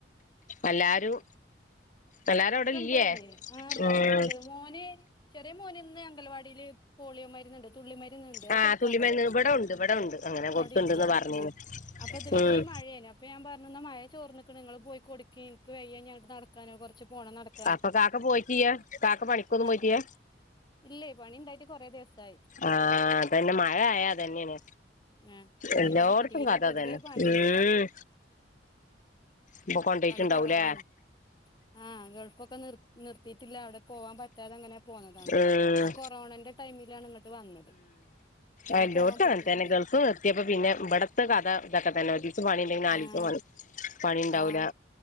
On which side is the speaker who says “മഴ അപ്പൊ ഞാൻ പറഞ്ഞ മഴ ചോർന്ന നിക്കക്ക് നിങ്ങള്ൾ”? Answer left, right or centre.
Left